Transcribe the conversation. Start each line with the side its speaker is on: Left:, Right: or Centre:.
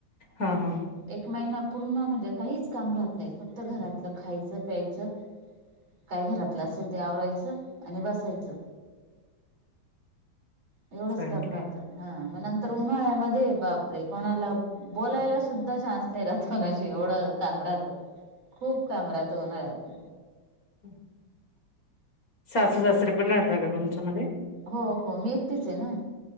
Left: हां हां.
Right: एक महिना पूर्ण म्हणजे काहीच काम राहत नाही, फक्त घरातलं खायचं प्यायचं काय घरातलं असेल ते आवरायचं आणि बसायचं एवढंच
Left: चांगलय.
Right: काम राहतं. हां म नंतर उन्हाळ्यामध्ये बापरे कोणाला बोलायला सुद्धा चान्स नाही रात कोणाशी, एवढं काम राहत, खूप कामं राहत उन्हाळ्यात.
Left: <inaudible> सासू सासरे पण राहता का तुमच्या मध्ये?
Right: हो हो मी एकटीच ये ना.